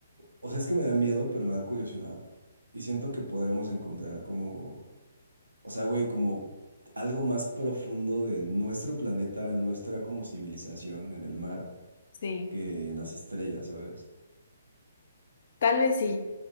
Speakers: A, on the right; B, on the left.
A: o sea, es que me da miedo, pero me da curiosidad. Y siento que podremos encontrar como, o sea, güey, como algo más profundo de nuestro planeta, nuestra como civilización en el mar
B: Sí,
A: que en las estrellas, ¿sabes?
B: tal vez sí.